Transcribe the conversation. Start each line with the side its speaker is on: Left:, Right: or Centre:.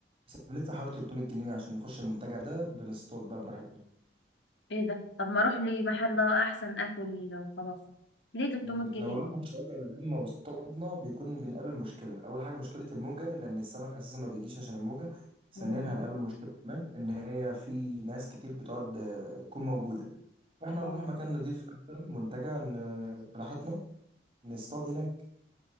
Right: بس بندفع حوالي 300 جنيه عشان نخش المنتجع ده بنصطاد بقى براحتنا
Left: ايه ده طب ما اروح لمحل احسن اكل وخلاص ليه 300
Right: م،
Left: جنيه
Right: لو رحنا في شواطئ العامة واصطادنا بيكون بنقابل مشكلة أول حاجة مشكلة الموجة لأن السمك أساسا ما بيجيش عشان الموجة ثانيا
Left: مم.
Right: هنقابل مشكلة كمان إن هي في ناس كتير بتقعد آه، تكون موجودة فإحنا
Left: اه
Right: نروح مكان نضيف أحسن منتجع ن- براحتنا نصطاد هناك